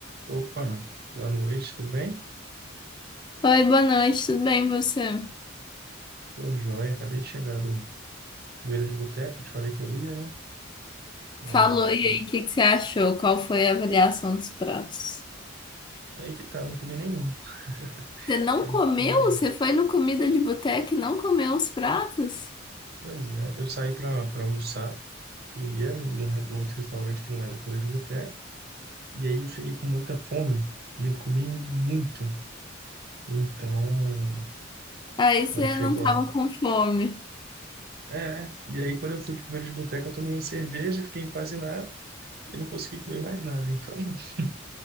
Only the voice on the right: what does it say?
Opa, boa noite, tudo bem?
Tô joia, acabei de chegar do Feira de Boteco, te falei que eu ia, né? É,
aí que tá, eu não comi nenhum. <laughs>
Eu
fui.
Pois é, eu saí pra, pra almoçar primeiro num, re- num outro restaurante que não era Feira de Boteco, e aí eu cheguei com muita fome e eu comi muito. Então,
quando chegou
lá.
É, e aí quando eu fui pro Feira de Boteco, eu tomei uma cerveja, fiquei empanzinado e não consegui comer mais nada. Então, <laughs>